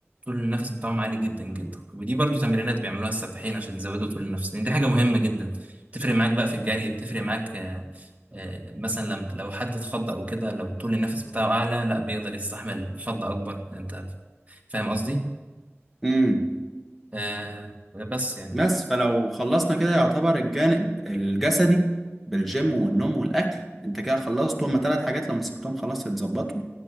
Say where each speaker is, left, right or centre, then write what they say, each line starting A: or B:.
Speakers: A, on the right; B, in the centre.
A: طول النفس بتاعهم عالي جدا جدا ودي برضو تمرينات بيعملوها السباحين عشان يزودوا طول النفس لان دي حاجه مهمه جدا بتفرق معاك بقى في الجري بتفرق معاك آه، آه، مثلا لما لو حد اتخض او كده لو طول النفس بتاعه اعلى لا بيقدر يستحمل خض اكبر انت فاهم قصدي
B: امم
A: آه بس يعني
B: بس فلو خلصنا كده يعتبر الجانب الجسدي بالجيم والنوم والاكل انت كده خلصت هما ثلاث حاجات لو مسكتهم خلاص يتظبطوا